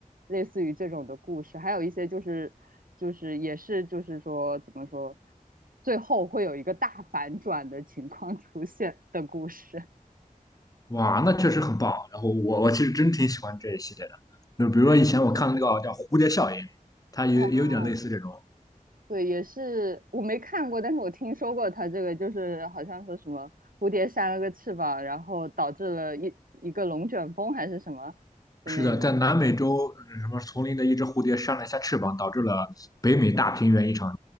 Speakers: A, on the right (about 75°); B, on the left (about 25°).
A: 类似于这种的故事，还有一些就是就是也是就是说怎么说，最后会有一个大反转的情况出现的故事。
B: 哇，那确实很棒。然后我我其实真挺喜欢这一系列的，就比如说以前我看那个叫蝴蝶效应，它有有点类似这种。
A: 哦，对，也是我没看过，但是我听说过他这个，就是好像说什么蝴蝶扇了个翅膀，然后导致了一一个龙卷风还是什么的那种。
B: 是的，在南美洲嗯什么丛林的一只蝴蝶扇了一下翅膀，导致了北美大平原一场